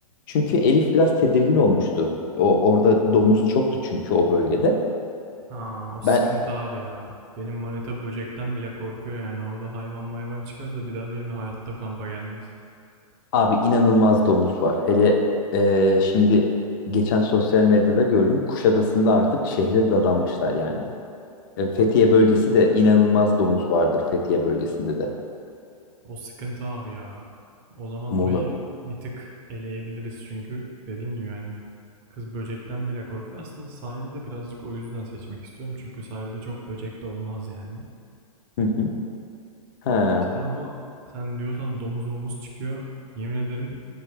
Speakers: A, on the left; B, on the right.
A: Çünkü Elif biraz tedirgin olmuştu. O orada domuz çoktu çünkü o bölgede.
B: Ha, o sıkıntı
A: Ben
B: abi ya. Benim manita böcekten bile korkuyor yani. Orada hayvan mayvan çıkarsa bir daha benimle hayatta kampa gelmez.
A: abi inanılmaz domuz var. Hele e, şimdi geçen sosyal medyada gördüm. Kuşadası'nda artık şehre dadanmışlar yani. E, Fethiye bölgesi de inanılmaz domuz vardır Fethiye bölgesinde de.
B: O sıkıntı abi ya. O zaman
A: Muğla.
B: orayı bir tık eleyebiliriz çünkü dediğim gibi yani kız böcekten bile korkuyor. Aslında sahilde birazcık o yüzden seçmek istiyorum. Çünkü sahilde çok böcek de olmaz yani.
A: Hı hı. He,
B: İşte ama sen diyorsan domuz momuz çıkıyor. Yemin ederim